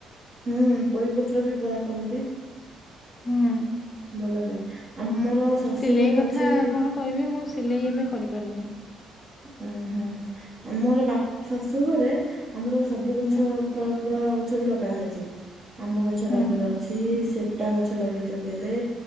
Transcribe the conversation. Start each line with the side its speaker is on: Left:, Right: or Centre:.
Right: ହୁଁ, ପୋଇପତ୍ର ବି ବରା କରନ୍ତି।
Left: ହୁଁ
Right: ଭଲ ଲାଗେ। ଆମର ଶାଶୁ
Left: ସିଲେଇ
Right: ଘରେ
Left: କଥା
Right: ଅଛି
Left: କଣ କହିବି ମୁଁ ସିଲେଇ ଏବେ କରିପାରୁନି।
Right: ଓଃ ହୁଁ, ଆମର ବାପ ଶାଶୁ ଘରେ ଆମର ସବୁ ଗଛ
Left: ହୁଁ
Right: ଫଳ ଗଛ ବି ଲଗା ହେଇଛି। ଆମ୍ବ ଗଛ
Left: ହୁଁ
Right: ବାରିରେ ଅଛି, ସେପଟା ଗଛ ଲଗେଇଛନ୍ତି ଏବେ।